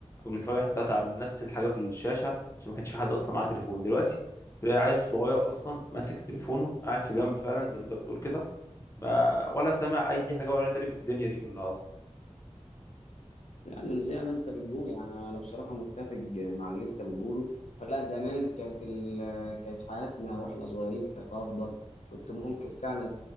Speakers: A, on the left; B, on the left.
A: او بنتفرج احنا التلاتة على نفس الحاجة في الشاشة عشان ما كانش في حد اصلا معاه تليفون دلوقتي تلاقي عيل صغير اصلا ماسك تليفونه قاعد في جنب فعلا زي ما انت بتقول كده ما ولا سامع اي حاجة ولا داري بالدنيا دي كلها اصلا
B: يعني زي ما انت بتقول يعني انا بصراحه متفق مع اللي انت بتقوله فلا زمان كانت ال... كانت حياتنا واحنا صغيرين كانت افضل كنت ممكن فعلا